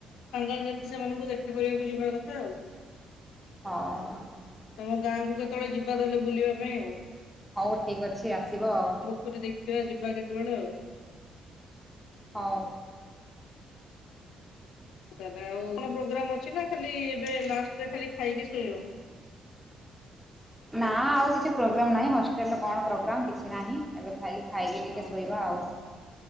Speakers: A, on the left; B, in the centre.
A: ସାଙ୍ଗସାଥି ସେମାନଙ୍କୁ ଦେଖା କରିବାକୁ ଯିବ କଥା ଆଉ
B: ହଁ ହଁ।
A: ତମ ଗାଁକୁ କେତେବେଳେ ଯିବା ତାହେଲେ ବୁଲିବା ପାଇଁ ଆଉ।
B: ହଉ ଠିକ୍ ଅଛି ଆସିବ ଆଉ।
A: ପୁରୀ ଦେଖିବା ଯିବା କେତେବେଳେ ଆଉ।
B: ହଉ।
A: ଦାଦା ଆଉ, କଣ ପ୍ରୋଗ୍ରାମ ଅଛି ନା ଖାଲି ଏବେ ଲାଷ୍ଟରେ ଖାଲି ଖାଇକି ଶୋଇବ?
B: ନା ଆଉ କିଛି ପ୍ରୋଗ୍ରାମ୍ ନାହିଁ। ହଷ୍ଟେଲରେ କଣ ପ୍ରୋଗ୍ରାମ୍ କିଛି ନାହିଁ ଏବେ ଖାଲି ଖାଇକି ଟିକେ
A: ହଁ
B: ଶୋଇବା ଆଉ।